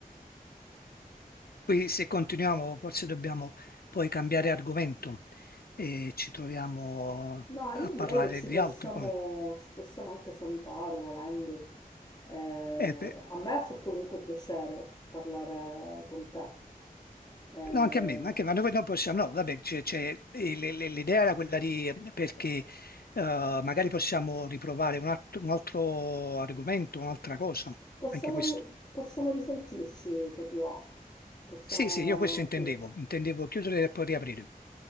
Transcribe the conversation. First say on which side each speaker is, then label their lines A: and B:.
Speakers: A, on the left (about 80°); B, on the left (about 25°).
A: Qui se continuiamo forse dobbiamo poi cambiare argomento e ci troviamo
B: No,
A: a
B: io direi
A: parlare
B: che ci
A: di
B: possiamo,
A: altro. come-
B: ci possiamo anche salutare volendo. Eh,
A: eh, per-
B: a me ha fatto comunque piacere parlare con te. Eh,
A: No, anche a me, anche, ma noi non possiamo, no, vabbè, c'è- c'è- e le- le- l'idea era quella di, perché eh, magari possiamo riprovare un altro, un altro argomento, un'altra cosa,
B: Possiamo,
A: anche questo.
B: ri- possiamo risentirci se ti va. Possiamo,
A: Sì, sì, io questo intendevo,
B: sì.
A: intendevo chiudere e poi riaprire.